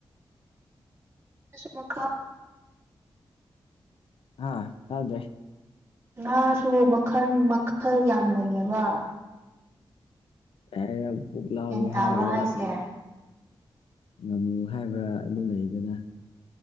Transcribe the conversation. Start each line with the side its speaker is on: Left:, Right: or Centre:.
Right: <inaudible> ꯃ ꯈꯥ
Left: ꯑꯥ ꯇꯗ꯭ꯔꯦ
Right: ꯉꯥꯁꯨ ꯃꯈꯜ ꯃꯈꯜ ꯌꯥꯝ ꯂꯩꯌꯦꯕ
Left: ꯀꯔ ꯄꯨꯛꯂꯥꯎꯒ
Right: ꯒ꯭ꯌꯥꯟ ꯇꯥꯕ꯭ꯔꯥ
Left: ꯍꯥꯏꯕ꯭ꯔꯥ
Right: ꯍꯥꯏꯁꯦ
Left: ꯉꯝꯃꯨ ꯍꯥꯏꯕ꯭ꯔꯥ ꯑꯗꯨ ꯂꯩꯗꯅ